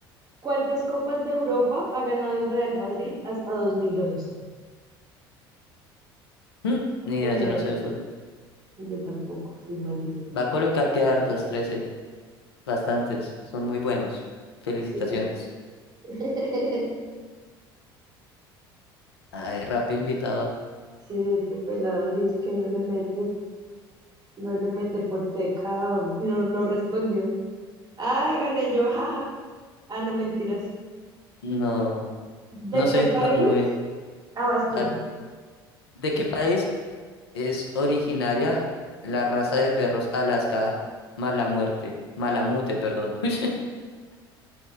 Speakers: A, on the right; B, on the left.
A: ¿Cuántas copas de Europa ha ganado el Real Madrid hasta 2011?
B: Mm,
A: Voy
B: Ni
A: a poner
B: idea, yo no
A: once
B: sé de fútbol.
A: Yo tampoco, soy malísima.
B: Va a colocar que hartas, 13. Bastantes. Son muy buenos. Felicitaciones.
A: Sí. <laughs>
B: Ay, rápido invitado.
A: Sí, este pelado, si es que no le mete No le mete por pecado. Y no, no respondió. Ay, gané yo, jaja. Ah, no, mentiras.
B: No,
A: ¿De
B: no
A: qué
B: sé,
A: país?
B: no, no vi.
A: Ah, vas tú.
B: Dale. ¿De qué país es originaria la raza de perros Alaska Mala Muerte? Malamute, perdón. <laughs> Ush,